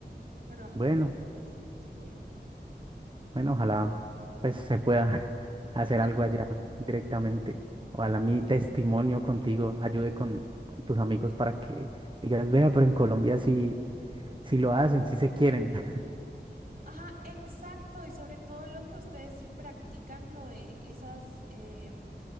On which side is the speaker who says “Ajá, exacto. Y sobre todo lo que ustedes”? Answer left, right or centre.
Right